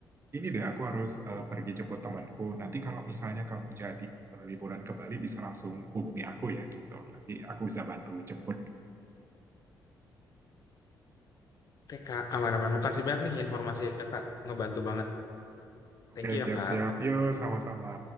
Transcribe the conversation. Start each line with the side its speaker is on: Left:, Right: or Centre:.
Right: ini deh aku harus eh, pergi jemput temanku. Nanti kalau misalnya kamu jadi eh, liburan ke Bali bisa langsung hubungi aku ya gitu. Nanti aku bisa bantu jemput.
Left: Oke Kak, aman-aman. Makasih banyak nih informasinya Kak. Ngebantu banget.
Right: Oke,
Left: Thank you ya
Right: siap-siap.
Left: Kak.
Right: Yuk, sama-sama.